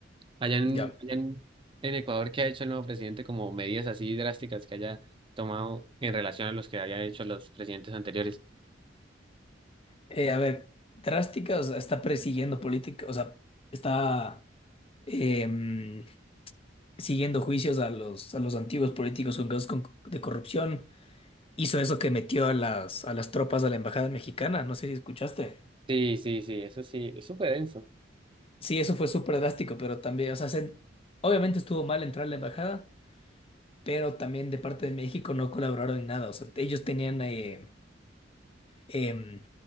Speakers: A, on the right; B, on the left.
A: Allá en,
B: ya.
A: allá en, en Ecuador, ¿qué ha hecho el nuevo presidente como medidas así drásticas que haya tomado en relación a los que habían hecho los presidentes anteriores?
B: Eh, a ver, drástica, o sea, está persiguiendo política, o sea, está em, siguiendo juicios a los, a los antiguos políticos con casos con- de corrupción. Hizo eso que metió a las, a las tropas a la embajada mexicana, no sé si escuchaste.
A: Sí, sí, sí, eso sí, es súper denso.
B: Sí, eso fue súper drástico, pero también, o sea, se- obviamente estuvo mal entrar a la embajada, pero también de parte de México no colaboraron en nada, o sea, ellos tenían, eh, em,